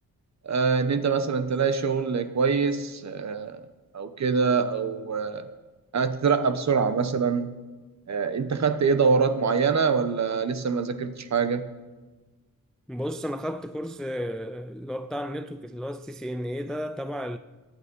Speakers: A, on the right (about 50°); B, in the centre.
A: آه، ان انت مثلا تلاقي شغل كويس آه، او كده او آه، تترقى بسرعة مثلا آه، انت خدت ايه دورات معينة ولا لسه ما ذاكرتش حاجة
B: بص انا خدت كورس آه، اللي هو بتاع النتورك اللي هو السي سي ان اي ده تبع